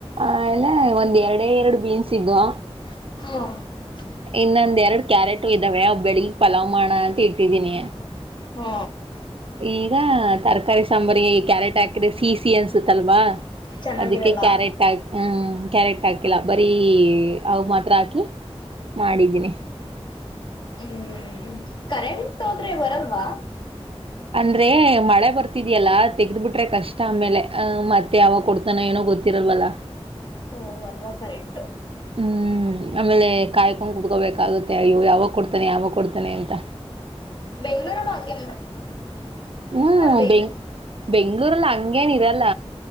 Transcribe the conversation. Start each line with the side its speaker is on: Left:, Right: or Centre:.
Right: ಆ ಆಮೇಲೆ ಒಂದ್ ಎರಡ ಎರಡು ಬೀನ್ಸ್ ಇದ್ವಾ
Left: ಹ್ಮ.
Right: ಇನ್ನೊಂದ್ ಎರಡು ಕ್ಯಾರೆಟು ಇದಾವೆ ಒವ್ ಬೆಳಿಗಿಗ್ ಪಲಾವ್ ಮಾಡ ಅಂತ ಇಟ್ಟಿದೀನಿ.
Left: ಹ.
Right: ಈಗ ತರಕಾರಿ ಸಾಂಬಾರಿಗೆ ಕ್ಯರೆಟ್ ಹಾಕ ಸೀ ಸಿ ಅನ್ಸುುತ್ತಲ್ವಾ
Left: ಚೆನ್ನಾಗಿರಲ್ಲ
Right: ಅದಕ್ಕೆ ಕ್ಯರೆಟ್ ಹಾಕ್ ಹ್ಮ್ ಕ್ಯಾರೆಟ್ ಇಲ್ಲ ಬರೀ ಅವ್ ಮಾತ್ರ ಹಾಕಿ ಮಾಡಿದ್ದೀನಿ.
Left: ಹ್ಮ್ ಕರೆಂಟ್ ಹೋದ್ರೆ ಬರಲ್ವಾ.
Right: ಅಂದ್ರೆ ಮಳೆ ಬರ್ತಿದ್ಯಲ್ಲ ತೆಗ್ದ್ ಬಿಿಟ್ರೆ ಕಷ್ಟ ಆಮೇಲೆ ಅ ಮತ್ತೆ ಯಾವಾಗ ಕೊಡ್ತಾನ ಏನೋ ಗೊತ್ತಿರಲ್ವಲ್ಲ.
Left: ಓ ಅಲ್ವ ಕರೆಟು.
Right: ಹ್ಮ್ ಆಮೇಲೆ ಕಾಯ್ಕೊಂಡ್ ಕುತ್ಕೋಬೇಕಾಗುತ್ತೆ ಅಯೋ ಯಾವಾಗ ಕೊಡ್ತಾನೆ ಯಾವಾಗ ಕೊಡ್ತಾನೆ ಅಂತ.
Left: ಬೆಂಗ್ಳೂರಲ್ಲೂ ಹಂಗೆ
Right: ಹ್ಮ್
Left: ಅಲ್ಲ ಬೆಂಗ್
Right: ಬೆಂಗ ಬೆಂಗಗಳೂರುಲ್ಲ ಹಂಗೇನ ಇರಲ್ಲ.